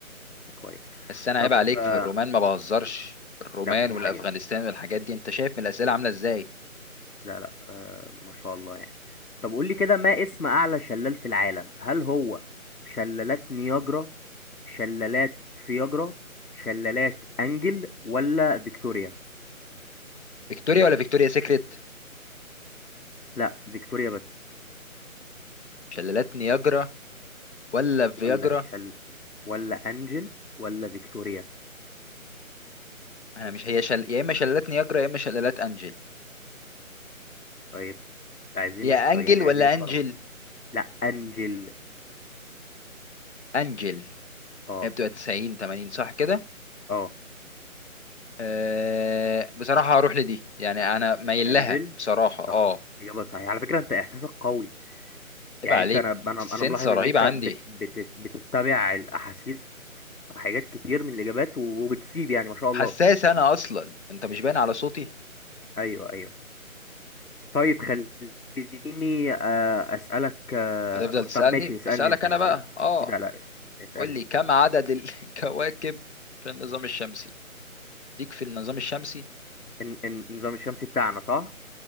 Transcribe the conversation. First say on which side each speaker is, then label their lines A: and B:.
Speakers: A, on the left; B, on the left.
A: كويس
B: بس انا
A: طب
B: عيب عليك
A: آه
B: في الرومان ما بهزرش الرومان
A: لا دي
B: والافغانستان
A: حقيقة
B: والحاجات دي انت شايف من الاسئله عامله ازاي
A: لا لا آه ما شاء الله يعني طب قول لي كده ما اسم اعلى شلال في العالم هل هو شلالات نياجرا شلالات فياجرا شلالات انجل ولا فيكتوريا
B: فيكتوريا ولا فيكتوريا سيكريت
A: لا فيكتوريا بس
B: شلالات نياجرا ولا فياجرا
A: ولا شل ولا انجل ولا فيكتوريا
B: انا مش هي شل... يا اما شلالات نياجرا يا اما شلالات انجل
A: طيب عايزين
B: يا
A: ك-
B: انجل
A: يعني
B: ولا
A: عايزين كرم
B: انجل
A: لا انجل
B: انجل
A: اه
B: هي بتبقى 90 80 صح كده
A: اه
B: أه... بصراحة هروح لدي يعني انا مايل
A: انجل
B: لها بصراحة اه
A: صح اجابه صحيحه على فكره انت احساسك قوي
B: عيب
A: يعني
B: عليك
A: انت انا انا
B: السنسة
A: انا ملاحظ ان
B: رهيبة
A: انت
B: عندي
A: بت بت بتتبع الاحاسيس في حاجات كتير من الاجابات وبتسيب يعني ما شاء
B: حساس
A: الله
B: انا اصلا انت مش باين على صوتي
A: ايوه ايوه طيب خليني آه، أسألك آه،
B: هتفضل تسألني
A: طب ماشي اسألني
B: اسألك
A: أنت
B: انا
A: اسألني
B: بقى اه
A: لا لا اس- اسألني
B: قول لي كم عدد ال- <laughs> الكواكب في النظام الشمسي ليك في النظام الشمسي
A: إن- إن- النظام الشمسي بتاعنا صح؟